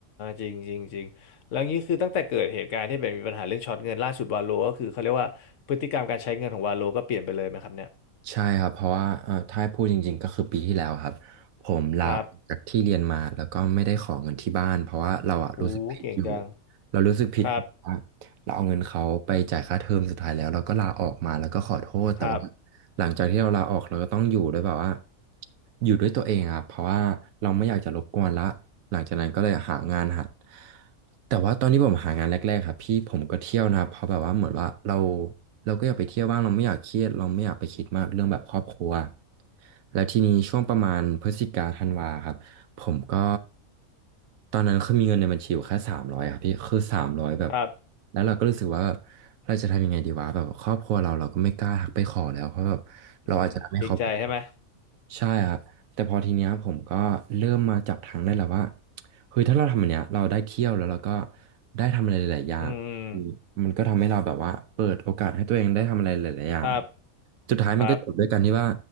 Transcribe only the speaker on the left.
จริงจริงจริงแล้วงี้คือตั้งแต่เกิดเหตุการณ์ที่แบบมีปัญหาเรื่องช็อตเงินล่าสุดวาโลก็คือเขาเรียกว่าพฤติกรรมการใช้เงินของวาโลก็เปลี่ยนไปเลยไหมครับเนี่ย
ครับอู้เก่งจัง
ครับครับ
ครับ
อืมเกรงใจใช่ไหม
อืมครับ
ครับ